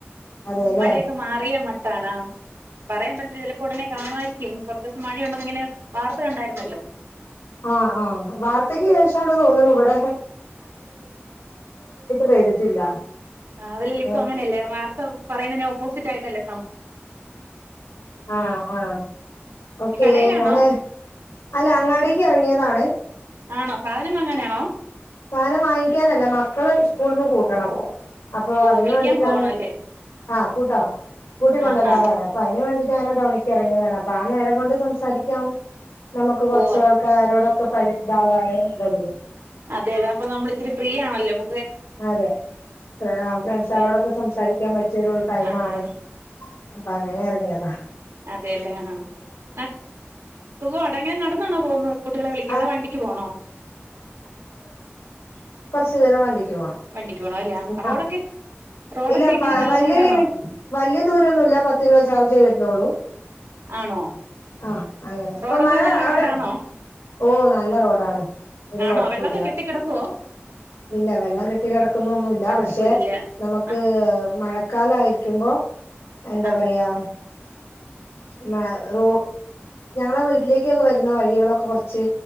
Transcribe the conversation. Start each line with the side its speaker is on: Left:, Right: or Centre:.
Left: അതെല്ലേ
Right: മഴയൊക്കെ മാറിയാ മ കാണാം പറയാൻ പറ്റത്തില്ല ചെലപ്പോ ഉടനെ കാണുമായിരിക്കും കാെറച്ചൂസം മഴയുണ്ടെന്ന്ങ്ങനെ വാർത്ത കണ്ടായിരുന്നല്ലോ
Left: ആ ആ വാർത്തയ്ക്ക് ശേഷാണ് തോന്ന്ണു ബടെ പെയ്തിട്ടില്ല
Right: അതെലെലെ പ്പ
Left: ആഹ്
Right: അങ്ങനെയല്ലേ വാർത്ത പറയുന്നേനെ ഓപ്പോസിറ്റായിട്ടല്ലേ
Left: ആ ആ ഓക്കെ
Right: കടയിലാണോ
Left: ഞാന് അല്ല അങ്ങാടീക്ക് എറങ്ങിയ താണ്
Right: ആണോ സാധനം വാങ്ങാനാണോ
Left: സാധനം വാങ്ങിക്കാനല്ല മക്കള് സ്കൂൾന്ന് കൂട്ടണം അപ്പൊ
Right: ഓ
Left: അതിന്
Right: വിളിക്കാൻ
Left: വേണ്ടിട്ടാണ്
Right: പോകണല്ലേ
Left: ആ കൂട്ടണം കൂട്ടിക്കാെണ്ടരാറാണ്
Right: ആഹാ
Left: അപ്പൊ അയ്ന് വേണ്ടീട്ടങ്ങനെ ഒറി ക്കെറങ്ങിയതാണ് അപ്പ ആ നേരം കൊണ്ട് സംസ് സാരിക്കാം നമുക്ക് കൊറച്ച്
Right: ഓ
Left: ആൾക്കാരോടൊക്കെ പരി ഇതവാന എന്നുള്ളത്
Right: അതെ അതെ അപ്പ നമ്മളിത്തിരി ഫ്രീയാണല്ലോ കു
Left: അതെ എ ഫ്രണ്ട്സാളോടൊക്കെ
Right: അതെ
Left: സംസാരിക്കാൻ പറ്റിയാെരു ടൈമാണ്
Right: ആഹ്
Left: അപ്പൊ അങ്ങനെ എറങ്ങിയതാ
Right: അതെയല്ലേ ആ ഹാ ന സുഖവാടാ ഇങ്ങനെ നടന്നാണോ പോകുന്നത് കുട്ടികളെ വിളിക്കാൻ
Left: ആ
Right: അതോ വണ്ടിക്ക് പോണോ
Left: ച്തര മതി
Right: വണ്ടിക്ക് പോണം അല്ലേ റോഡൊക്കെ
Left: ആ
Right: റോഡൊക്കെ
Left: ഇല്ലവല്യ
Right: എങ്ങനെ നല്ല റോഡാണോ
Left: ലിമി വല്യ ദൂരൊന്നുല്ല പത്ത് രൂപ ചാർജേ വരുന്നുള്ളൂ
Right: ആണോ
Left: ആ അങ്ങനെ ഇപ്പൊ
Right: റോഡൊക്കെ
Left: മഴ
Right: നല്ല
Left: അവിടെ
Right: റോഡാണോ
Left: ഓ നല്ല റോഡാണ് ഒരു കാെഴപ്പുല്ല
Right: ആണോ വെള്ളമൊക്കെ കെട്ടിക്കിടക്കുവോ
Left: ഇല്ല വെള്ളം കെട്ടി കെട്ടിക്കെടക്കുന്നൊന്നുല്ല
Right: കുഴപ്പമില്ല
Left: പക്ഷെ നമുക്ക്
Right: ആഹ്
Left: മഴക്കാലയി ക്കുമ്പോ എന്താ
Right: ആഹ്
Left: പറയാ മ റോ ഞങ്ങളെ വീട്ടിലേക്കൊക്കെ വരുന്ന വഴികളൊക്കെ കൊർച്ച്